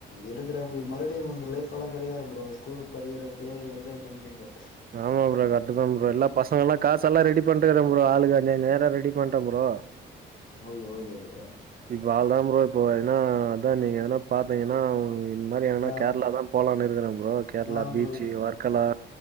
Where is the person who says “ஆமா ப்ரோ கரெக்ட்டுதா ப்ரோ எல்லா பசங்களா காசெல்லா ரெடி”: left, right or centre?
Right